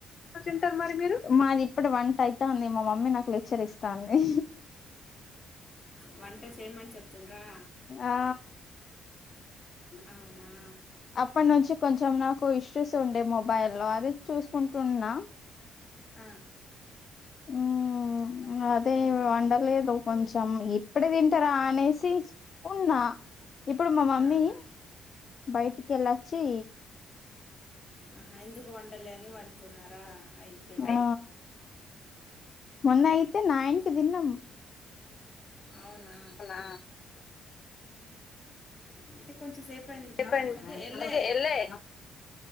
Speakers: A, on the left; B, on the left.
A: ఎప్పుడు తింటరు మరి మీరు వంట అయితాంది మా మమ్మీ నాకు లెక్చర్ ఇస్తాంది.
B: వంట చేయమని చెప్తుండ్రా
A: ఆ
B: అవునా
A: అప్పటి నుంచి కొంచెం నాకు ఇష్యూస్ ఉండే మొబైల్ లో అది చూసుకుంటున్నా.
B: ఆ,
A: మ్మ్ అదే వండలేదు కొంచెం ఇప్పుడే తింటారా అనేసి ఉన్నా. ఇప్పుడు మా మమ్మీ
B: ఆహా
A: బయటికెళ్ళొచ్చి
B: ఆ ఎందుకు వండలే అని వండుతున్నారా అయ్యో
A: ఆ మొన్న అయితే నైన్ కి తిన్నాం.
B: అవునా
A: అవునా
B: అంటే కొంచెం సేపు అయింది
A: చెప్పన్
B: వెళ్ళే
A: ఓకే ఎల్లె